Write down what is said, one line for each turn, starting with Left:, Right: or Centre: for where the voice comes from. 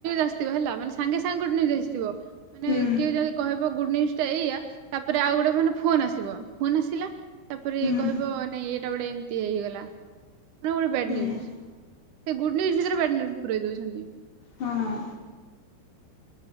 Right: ଆସିଥିବ ହେଲା ମାନେ ସାଙ୍ଗେ ସାଙ୍ଗେ ଗୁଡ଼ ନିୁଜ୍ୟ୍ ଆସିଥିବ ମାନେ
Left: ହୁଁ
Right: କିଏ ଯଦି କହିବ ଗୁଡ଼ ନିୟୁଜ୍ ଏଇଆ ତାପରେ ଆଉ ଗୋଟେ ମାନେ ଫୋନ୍ ଆସିବ ଫୋନ୍ ଆସିଲା ତାପରେ
Left: ହୁଁ
Right: କହିବ ନାଇଁ ଏଇଟା ଗୋଟେ ଏମିତି ହେଇଗଲା। ପୁଣି ଗୋଟେ ବ୍ୟାଡ଼
Left: ହୁଁ
Right: ନିୟୁଜ୍ ସେଗୁଡ଼ ନିୟୁଜ୍ ଭିତରେ ବ୍ୟାଡ଼ ନିୟୁଜ୍ ପୁରେଇ ଦଉଛନ୍ତି।
Left: ହଁ।